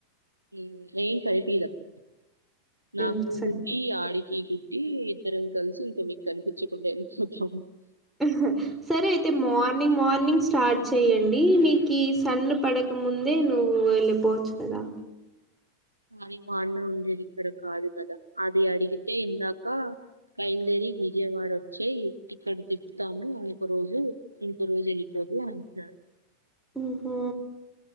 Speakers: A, on the right; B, in the centre.
A: ఇ ఎమ్ కనిపిదప్పుడు నాకు
B: ఉమ్, సరే
A: గుడ్ది ఆడికి గు డ్డి ఇద్దరం కలిసి ఇంకా మీకు కనిపించకుండా వెళ్ళిపోతాం.
B: ఉ హా సరే అయితే మార్నింగ్ మార్నింగ్ స్టార్ట్ చెయ్యండి నీకి సన్ను పడక ముందే నువ్వు వెళ్ళిపోచ్చు కదా.
A: కానీ మా అన్న ఉండేది ఇక్కడ కాదు కదా అది అడిగితే ఇందాక. కైందేరి విజయవాడ వచ్చి ఇక్కడ తిప్తాము ఒక రోజు ఇంకో రోజు ఎళ్తాది అంట్నాడు
B: ఓహో